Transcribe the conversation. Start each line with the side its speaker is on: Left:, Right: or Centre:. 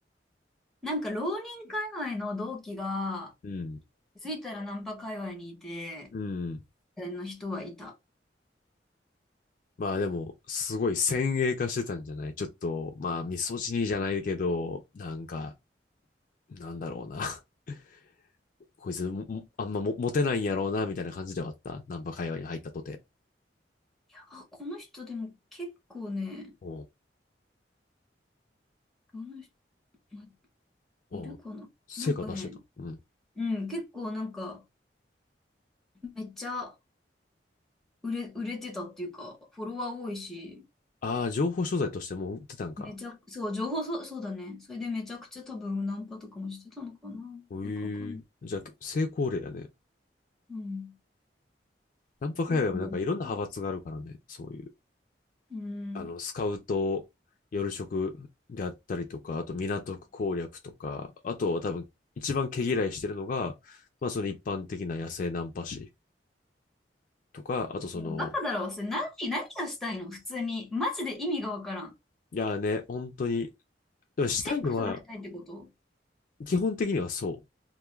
Centre: なんか浪人界隈の同期が、
Left: うん。
Centre: 気づいたらナンパ界隈にいて、
Left: うん。
Centre: みたいな人はいた。
Left: まあでも、すごい先鋭化してたんじゃないちょっと、まあ、ミソジニーじゃないけど、なんか、なんだろうな。<laughs> こいつも、もあんまもモテないんやろうな、みたいな感じではあった。ナンパ会話に入ったとて。
Centre: あ、この人でも結構ね、
Left: おう
Centre: この人、ま
Left: おう成果出してた。
Centre: いるかななんかね、
Left: うん。
Centre: うん、結構なんか、めっちゃ売れ、売れてたっていうか、フォロワー多いし、
Left: ああ、情報商材としてもう売ってたんか。
Centre: めちゃ、そう、情報そう、そうだね。それでめちゃくちゃ多分ナンパとかもしてたのかなよくわかんない。
Left: ええじゃあ、成功例やね。
Centre: うん。
Left: ナンパ界隈もなんかいろんな派閥があるからね。
Centre: よくわかんない。
Left: そういう、
Centre: うん。
Left: あの、スカウト、夜食であったりとか、あと港区攻略とか、あとは多分一番毛嫌いしてるのが、まあその一般的な野生ナンパ師とか、あとその、
Centre: いや、バカだろ。それ何、何がしたいの普通に。マジで意味がわからん。
Left: いやーね、本当に、でもしたいのは
Centre: セックスがしたいってこと
Left: 基本的にはそ